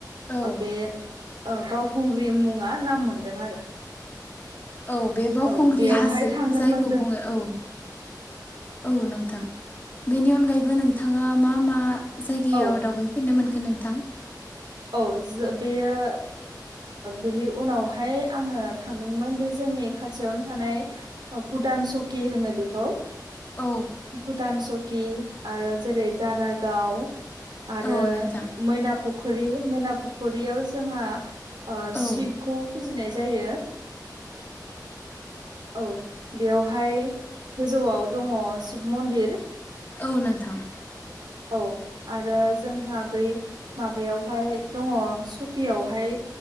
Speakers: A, on the left; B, on the right.
A: औ
B: बे बावखुंग्रि मुङा नाम मोन्दों आरो।
A: औ। बे बावखुंग्रि
B: औ बेयावहाय
A: हाजो
B: थांनो
A: जायखौ
B: मोनदों
A: बुङो औ। औ नोंथां। बेनि अनगायैबो नोंथाङा मा मा जायगायाव
B: औ
A: दावबाय फेरनो मोनखो नोंथां?
B: औ जे बेयो बेनि उनावहाय आङो थांदोंमोन। बे जोंनि खाथियावनो थानाय भुटान सकि होनो बेखौ
A: औ।
B: भुटान सकि आरो जेरै- दारागाव आरो
A: औ नोंथां
B: मैना फुखुरि मैना फुखुरियाव जोंहा
A: औ
B: सिब खौ फुजिनाय जायो। औ बेवहाय गोजौआव दङ शिब मन्दिर।
A: औ नोंथां।
B: औ आरो जोंहा बै माबायावहाय दङ सकियावहाय